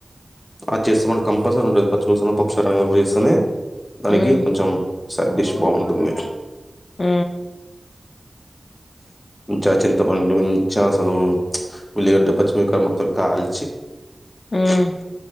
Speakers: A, on the left; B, on the left.
A: ఆ చేస్తామండి కంపల్సరీ ఉంటాది పచ్చి పులుసును పప్పుచారు <unintelligible> చేస్తేనే దానికి
B: మ్మ్
A: కొంచెం సైడ్ డిష్ బావుంటుంది
B: ఊ
A: ఉంచా చింతపండు ఉంచా అసలు ఉల్లిగడ్డ పచ్చిమిర్చి కారం మొత్తం కాల్
B: మ్మ్